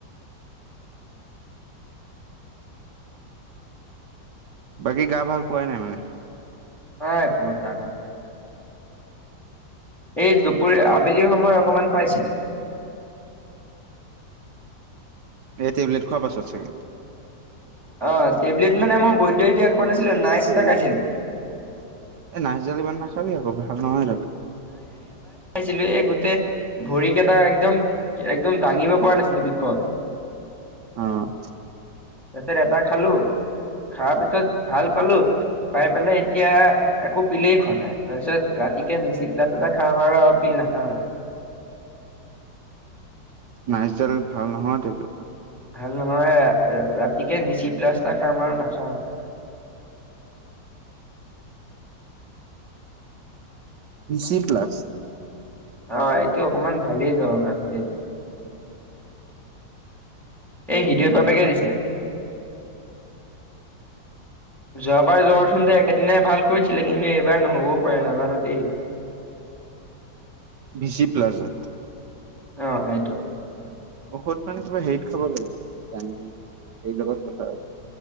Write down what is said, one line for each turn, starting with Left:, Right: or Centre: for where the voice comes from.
Right: বাকী গা ভাল পোৱাই নাই মানে
Centre: হয় পত গাৰ্ডল ভাই এই দুপৰীয়া, আবেলিৰ সময়ত অকমান পাইছিলোঁ।
Right: এই টেবলেট খোৱা পাছত চাগে।
Centre: অ', টেবলেট মানে মই বৈদ্যয়ে দিয়া খোৱা নাছিলো
Right: সি ক'লৈকো
Centre: নাইচ এটা
Right: ওলাই
Centre: খাইছিলো
Right: <unintelligible> এ', নাইচডাল ইমান নাখাবি আকৌ, ভাল নহয় এইডাল।
Centre: ছিলোঁ। এই গোটেই ভৰি কেটা একদম, একদম দাঙিব পৰা নাছিলো বিষত।
Right: অহ'।
Centre: তাৰছত এটা খালোঁ। খাৱা পিছত ভাল পালোঁ। পাই পেলাই এতিয়া একো পিলেই খোৱা নাই, তাৰপিছত ৰাতি এতিয়া নিচি প্লাছ এটা খাই বাৰ আৰু পিল নাখাওঁ আৰু।
Right: নাইচডাল ভাল নহয়টো <unintelligible>
Centre: ভাল নহয়। ৰা-ৰাতিকে নিচি প্লাছ্টা খাম আৰু নাখাওঁ।
Right: নিচি প্লাছ।
Centre: অ', এইটো অকমান ভালেই জ্বৰৰ কাৰণ টেবলেট। এই হ্ৰীদয় বাপেকে দিছে। যোৱাবাৰ জ্বৰত চোনযে একেদিনাই ভাল কৰিছিলে, কিন্তু এইবাৰ নহ'বও পাৰে, নাজানোঁ দেই।
Right: বি চি প্লাজা
Centre: অ', হেইটো।
Right: ঔষধ মানে কিবা হেৰিত খাব লাগে। টাইম্‌লি এই লগত কথা আছ